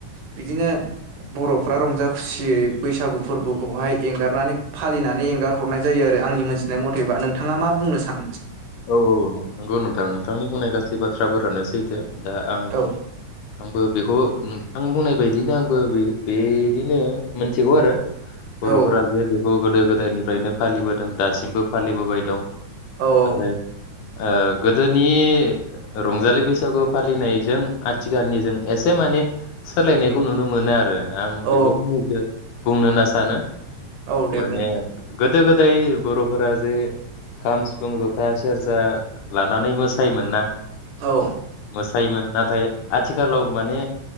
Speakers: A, on the right (about 75°); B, on the left (about 80°).
A: बिदिनो बर'फ्रा रंजा खुसियै बैसागु फोर्बोखौहाय एंगारनानै फालिनानै एंगार हरनाय जायो आरो आंनि मोनथिनाय मथेबा नों थाङा मा बुंनो सान
B: औ औ नंगौ नोंथां नोंथांनि बुंनाय गासै बाथ्राफोरानो सैथो। दा आं
A: औ
B: आंबो बेखौ नोंथां बुंनाय बायदिनो आंबो बे-बेदिनो मोनथिगौ आरो।
A: औ
B: बर'फोरा जे बेखौ गोदो गो दाइनिफ्रायनो फालिबोदों दासिमबो फालिबोबाय दं।
A: औ औ।
B: नाथाय ओ गोदोनि रंजालि बैसागु फालिनायजों आथिखालनिजों एसे माने सोलायनायखौ नुनो मोनो आ रो आं
A: औ
B: बेखौ फंनैसो बुंनो होनना सानो।
A: औ दे
B: माने
A: बुं
B: गोदो गोदाय बर'फोरा जे खाम सि फुं जथा सेरजा लानानै मोसायोमोनना,
A: औ
B: मोसायो मोनना थाय आथिखालाव माने